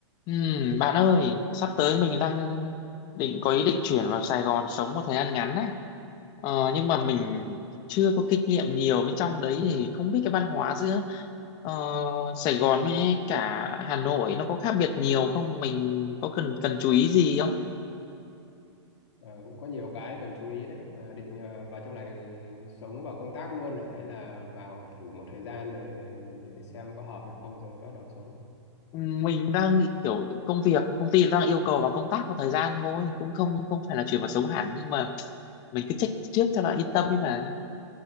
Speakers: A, on the left; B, on the left.
A: Ừm, bạn ơi, sắp tới mình đang định có ý định chuyển vào Sài Gòn sống một thời gian ngắn á. Ờ, nhưng mà mình chưa có kinh nghiệm nhiều bên trong đấy thì không biết cái văn hóa giữa ờ, Sài Gòn với cả Hà Nội nó có khác biệt nhiều không? Mình có cần cần chú ý gì không?
B: Ờ, cũng có nhiều cái cần chú ý đấy mà định ờ, vào trong này sống và công tác luôn à hay là vào thử một thời gian rồi mình để xem có hợp hay không rồi mới bắt đầu sống
A: Ừm, Mình đang nghĩ kiểu công việc công ty đang yêu cầu vào công tác một thời gian thôi, cũng không không phải là chuyển vào sống hẳn nhưng mà mình cứ check trước cho nó yên tâm ấy mà.